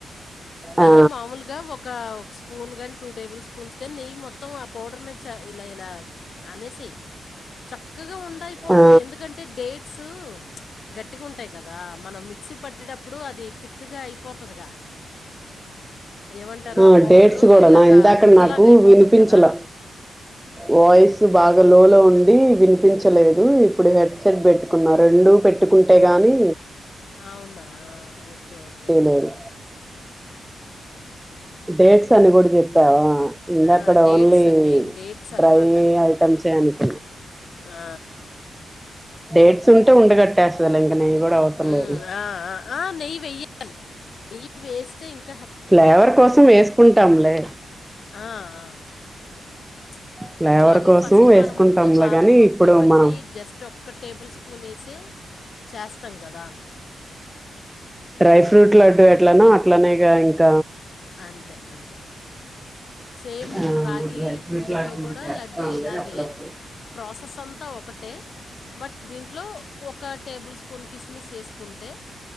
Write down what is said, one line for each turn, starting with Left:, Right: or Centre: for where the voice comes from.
Left: నెయ్యి
Centre: ఆ
Left: మామలుగా ఒక ఒక స్పూన్ కంటే టూ టేబుల్ స్పూన్స్ నెయ్యి మొత్తం ఆ పౌడర్ మీద ఇలా ఇలా అనేసి చ గా ఉాయిపో పోతుది
Centre: ఆ
Left: ఎందుకు ఎందుకంటే డేట్స్ గట్టిగా ఉంటాయి కదా దా మనం మిక్సీ పట్టేటప్పుడు అది థిక్ గా అయిపోతదిగా ఏమంటారు?
Centre: ఆ
Left: పౌడరు
Centre: డేట్స్ కూడా
Left: ఇలాగా
Centre: నా ఇందాకట
Left: ముద్దలాగా
Centre: నాకు
Left: అయిపోతది
Centre: వినిపించల
Left: కదా!
Centre: వాయిస్ బాగా లో లో ఉండి ఉండి వినిపించలేదు ఇప్పుడు హెడ్సెట్ పెట్టుకున్న రెండు పెట్టుకుంటే గానీ
Left: అవునా ఓకే ఓకే
Centre: లేదు డేట్స్ అని కూడా జెప్పేవా ఇంగ
Left: ఆ!
Centre: అక్కడ
Left: dates
Centre: only
Left: main dates అన్నమాట.
Centre: dry ఐటమ్స్ ఏ అంట
Left: ఆ
Centre: డేట్స్ ఉంటే ఉండగట్టేస్తాదిలే అండి నెయ్యి కూడ అవసర్లేదు
Left: హ్మ్. ఆ! ఆ! ఆ! నెయ్యి వెయ్యాలి. నెయ్యి వేస్తే ఇంక
Centre: ఫ్లేవర్ కోసం వేసుకుంటాంలే
Left: ఆ ఆ అదే
Centre: ఫ్లేవర్
Left: ఎట్లాగో
Centre: కోసం
Left: ఫస్ట్
Centre: వేసుకుంటాంలే
Left: మనం ముందు బాదం
Centre: గాని
Left: పప్పు
Centre: ఇప్పుడు
Left: ఇవన్నీ
Centre: మనం
Left: జస్ట్ ఒక్ ఒక్క టేబుల్ స్పూన్ యేసే చేస్తాం కదా
Centre: డ్రై ఫ్రూట్ లడ్డు ఎట్లనో అట్లనే గా ఇంక
Left: అంతే అంతే సేమ్
Centre: ఆ
Left: రాగి
Centre: డ్రై ఫ్రూట్
Left: పిండి
Centre: లడ్డు
Left: తో కూడా
Centre: చేస్తాంలే
Left: లడ్డు ఇలాగే
Centre: అప్పుడప్పుడు
Left: ప్రొసెస్ అంతా ఒకటే బట్ దీంట్లో ఒక టేబుల్ స్పూన్ కిస్ కిస్మిస్ వేసుకుంటే